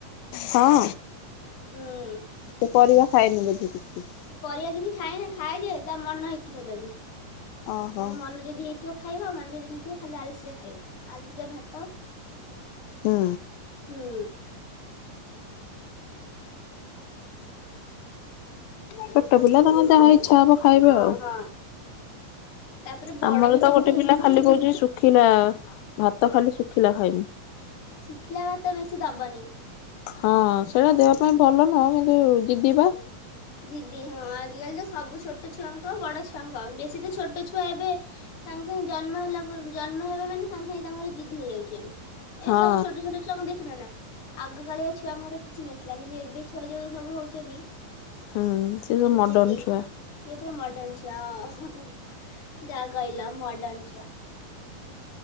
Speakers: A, on the left; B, on the left.
A: ହଁ
B: ହୁଁ
A: ସେ ପରିବା ଖାଏନି ବୋଧେ କିଛି?
B: ପରିବା କିଛି ଖାଇନା ଖାଏ ଯେ ତା ମନ ହେଇଥିବ ଯଦି ତାଙ୍କ
A: ଓହୋ।
B: ମନ ଯଦି ହେଇଥିବ ଖାଇବା ମାନେ ଯଦି ହେଇଥିବ ଖାଲି ଆଳୁସିଜା ଖାଇବା ଆଳୁସିଜା ଭାତ
A: ହୁଁ।
B: ହୁଁ
A: ଛୋଟ ପିଲା ତାଙ୍କର ଯାହା ଇଚ୍ଛା ହବ ଖାଇବେ
B: ହଁ
A: ଆଉ।
B: ହଁ। ତାପରେ ବଡ
A: ଆମର
B: ବି
A: ତ
B: ବେଶୀ
A: ଗୋଟେ
B: ହେଇନାହାନ୍ତି
A: ପିଲା ଖାଲି କହୁଛି ଶୁଖିଲା ଭାତ ଖାଲି ଶୁଖିଲା ଖାଇବି।
B: ଶୁଖିଲା ଭାତ ବେଶୀ ଦବନି।
A: ହଁ ସେଇଟା ଦେହ ପାଇଁ ଭଲ ନୁହଁ କିନ୍ତୁ
B: <unintelligible>
A: ଜିଦି ବା
B: ଜିଦି ହଁ ଆଜିକାଲି ତ ସବୁ ଛୋଟ ଛୁଆଙ୍କ ବଡ ଛୁଆଙ୍କ ବେଶୀ ତ ଛୋଟ ଛୁଆ ଏବେ ସାଙ୍ଗେ ସାଙ୍ଗେ ଜନ୍ମ ହେଲା ଜନ୍ମ ହେବା ମାନେ ସାଙ୍ଗେ ସାଙ୍ଗେ ତାଙ୍କର ଜିଦି ହେଇଯାଉଛି ଏବେ। ଏବେ
A: ହଁ।
B: ସବୁ ଛୋଟ ଛୋଟ ଛୁଆଙ୍କୁ ଦେଖୁନ ନା ଆଗକାଳିଆ ଛୁଆଙ୍କର କିଛି ନଥିଲା କିନ୍ତୁ ଏବେ ଛୁଆ ଯୋଉ ସବୁ ହଉଛନ୍ତି
A: ହୁଁ ସେ ସବୁ ମଡର୍ଣ
B: ଜିଦି
A: ଛୁଆ
B: ସେତ ମଡନ ଛୁଆ ହଁ ହଁ ହଁ। ଯାହା କହିଲ ମଡନ ଛୁଆ।